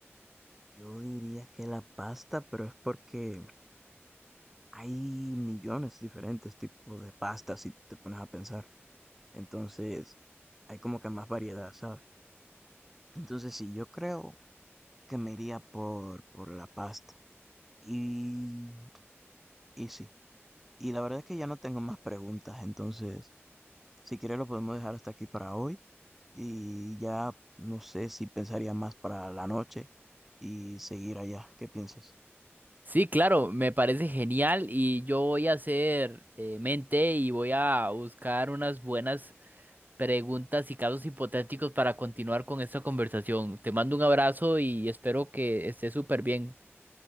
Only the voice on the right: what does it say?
Sí, claro, me parece genial y yo voy a hacer eh, mente y voy a buscar unas buenas preguntas y casos hipotéticos para continuar con esta conversación. Te mando un abrazo y espero que estés súper bien.